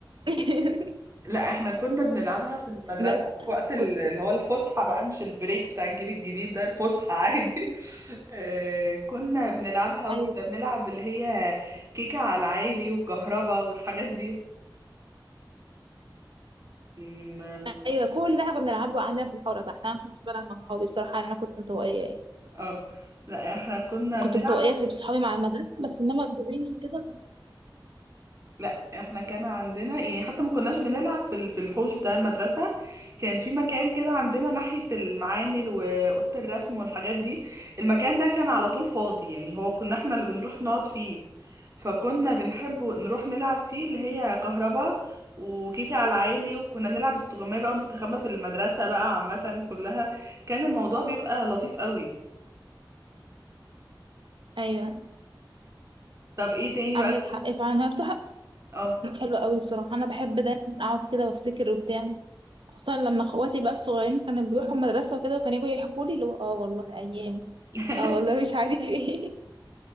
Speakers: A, on the right; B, on the right.
A: <laughs>
B: لا احنا كنا بنلعبها في المدرسة
A: بس
B: في وقت ال-
A: كنت
B: اللي هو الفسحة بقى مش البريك بتاع الجيل الجديد ده الفسحة عادي <laughs> آه، كنا بنلعبها وكنا
A: ايوه
B: بنلعب
A: بس-
B: اللي هي كيكة على العالي وكهربا والحاجات دي يعني ما-
A: ايوه كل ده احنا كنا بنلعبه عندنا في الحاره تحت انا ما كنتش بلعب مع اصحابي بصراحه انا كنت انطوائيه يعني
B: اه لا احنا كنا
A: كنت
B: بنلعب
A: مستوائية في صحابي مع المدرسة بس انما الجيران كده
B: لا احنا كان عندنا يعني حتى ما كناش بنلعب في ال- في الحوش بتاع المدرسة كان في مكان كده عندنا ناحية المعامل وأوضة الرسم والحاجات دي المكان ده كان على طول فاضي يعني هو كنا احنا اللي بنروح نقعد فيه فكنا بنحب نروح نلعب فيه اللي هي كهربا وكيكة على العالي وكنا نلعب استغماية بقى ونستخبى في المدرسة بقى عامة كلها كان الموضوع بيبقى لطيف قوي
A: ايوه
B: طب ايه تاني
A: عندك
B: بقى غير-
A: حق فعلا هي بصراحة
B: اه
A: كانت حلوة قوي بصراحة انا بحب دايما اقعد كده وافتكر وبتاع خصوصا لما اخواتي بقى الصغيرين كانوا بيروحوا المدرسة وكده وكانوا يجوا يحكوا لي اللي هو اه والله ايام
B: <laughs>
A: اه والله مش عارف ايه